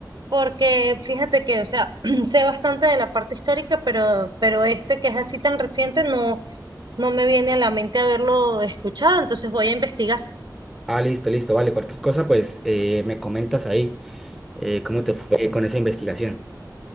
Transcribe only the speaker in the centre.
Ah, listo, listo, vale. Cualquier cosa, pues eh, me comentas ahí eh, cómo te fue con esa investigación.